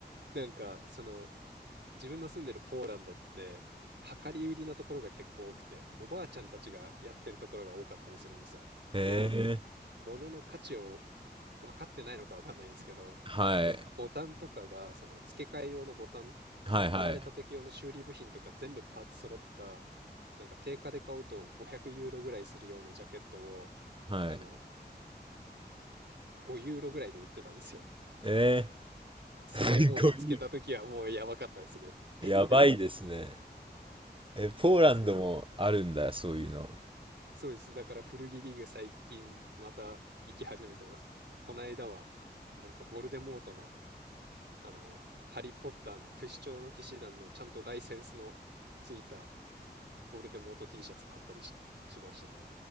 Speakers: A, on the right; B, on the right.
A: なんか、その、自分の住んでるポーランドって、量り売りのところが結構多くて、おばあちゃんたちがやってるところが多かったりするんですよ。
B: え。
A: で、物の価値を分かってないのか分かんないですけど、
B: はい。
A: なんかボタンとかが、その付け替え用のボタン、
B: はいはい。
A: その壊れた時用の修理部品とか全部パーツ揃った、なんか定価で買うと500ユーロぐらいするようなジャケットを、
B: はい。
A: あの、5ユーロぐらいで売ってたんですよ。
B: え
A: それもう見つけた時はもうやばかったですね。
B: え。すごいやばいですね。
A: えみたいな。
B: え、ポーランドもあるんだ、
A: そ
B: そういうの。
A: そうです。だから古着リーグ最近また行き始めてます。この間は、なんかボルデモートのあの、ハリー・ポッターの不死鳥の騎士団のちゃんとライセンスのついたボルデモート T シャツ買ったりし、しましたね。